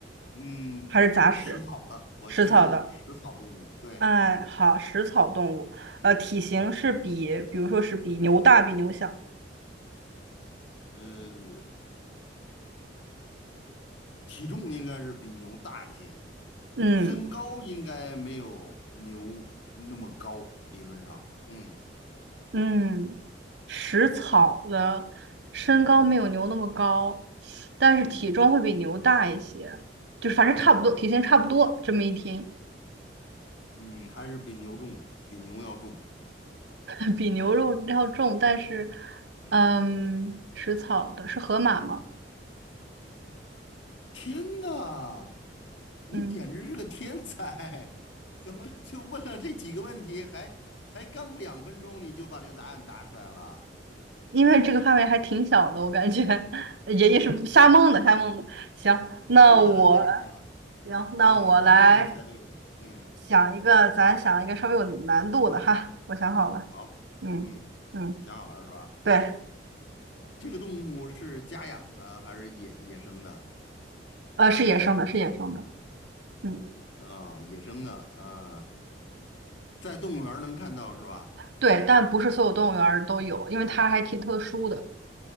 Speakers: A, on the left; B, on the right.
A: 嗯，
B: 还是杂食？
A: 食草的，我确认了，
B: 食草的。
A: 食草动物。对，
B: 哎，好，食草动物，呃，体型是比，
A: 嗯。
B: 比如说是比牛大，比牛小。
A: 呃，体重应该是比牛大一些，
B: 嗯，
A: 身高应该没有牛那么高，理论上，嗯
B: 嗯，食草的身高没有牛那么高，
A: 嗯
B: 但是体重会比牛大一些，
A: 嗯
B: 就是反正差不多，
A: 嗯
B: 体型差不多。这么一听，
A: 嗯，还是比牛重，比牛要重，
B: <laughs> 比牛肉要重，但是，
A: 嗯，
B: 嗯，食草的是河马吗？
A: 天呐，你简直是个天才，
B: 嗯，
A: <laughs> 怎么就问了这几个问题，还才刚两分钟你就把这个答案答出来了，
B: 因为这个范围还挺小的，我感觉 <laughs> 爷爷是瞎蒙的，瞎蒙的。行，
A: 呃太厉害了，
B: 那我，
A: 太厉害了，
B: 行，
A: 嗯，
B: 那我来
A: 一下就猜对了，嗯，
B: 想一个，咱想一个稍微有难度的哈，我想好了，
A: 好，
B: 嗯嗯。
A: 嗯，想好了是吧？
B: 对，
A: 这个动物是家养的还是野野生的？
B: 呃，是野生的，是野生的，嗯，
A: 啊、野生的啊、在动物园儿能看到是吧？
B: 对，但不是所有动物园儿都有，因为它还挺特殊的，